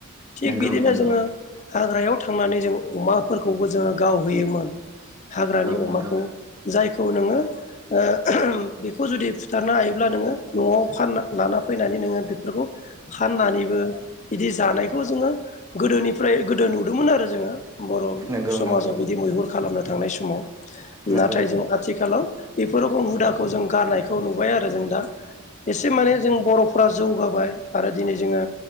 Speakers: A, on the left; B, on the right.
A: थिग
B: नोंगौ
A: बिदिनो
B: नोंगौ
A: जोङो
B: नोंगौ
A: हाग्रायाव थांनानै जों अमाफोरखौबो जोङो गावहैयोमोन हाग्रानि
B: नोंगौ
A: अमाखौ जायखौ नोङो ओ बेखौ जुदि फुथारनो हायोब्ला नोङो न'वाव फानना लाना फैनानै नोङो बेफोरखौ फाननानैबो बिदि जानायखौ जोङो गोदोनिफ्राय गोदो नुदोंमोन आरो जोङो बर'
B: जोङो
A: समाजाव
B: नुनो मोनो
A: बिदि मैहुर खालामनो थांनाय समाव
B: फारसेथिं
A: नाथाय
B: माने
A: जों आथिखालाव बे बेफोर रोखोम हुदाखौ जों गारनायखौ नुबाय आरो जों दा एसे माने जों बर'फ्रा जौगाबाय आरो दिनै जोङो